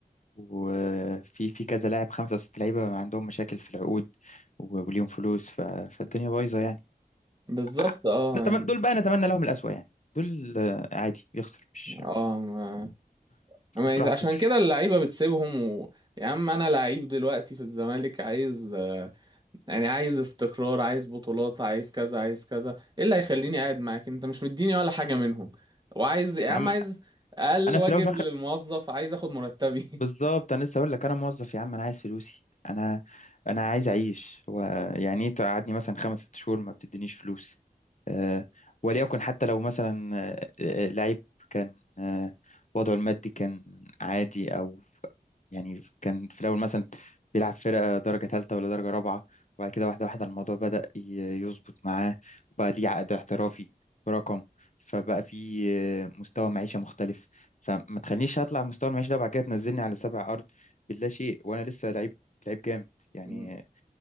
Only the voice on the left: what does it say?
وفي في كذا لاعب خمسة أو ست لعيبة عندهم مشاكل في العقود و- وليهم فلوس ف... فالدنيا بايظة يعني
ع-
نتمنى
دول بقى نتمنى لهم الأسوأ يعني دول آه، عادي بيخسر مش
براحته
عم...
أنا
في الأول
بالظبط انا لسه اقول لك انا موظف يا عم انا عايز فلوسي انا انا عايز اعيش هو يعني ايه تقعدني مثلا خمس ست شهور ما بتدينيش فلوس أه وليكن حتى لو مثلا آه، آه، لعيب كان آه، وضعه المادي كان عادي او يعني كان في الاول مثلا بيلعب فرقه درجه ثالثه ولا درجه رابعه وبعد كده واحده واحده الموضوع بدأ ي- يظبط معاه وبقى ليه عقد احترافي برقم فبقى في آه، مستوى معيشه مختلف فما تخلينيش اطلع مستوى المعيشة ده وبعد كده تنزلني على سبع ارض باللا شيء وانا لسه لعيب لعيب جامد يعني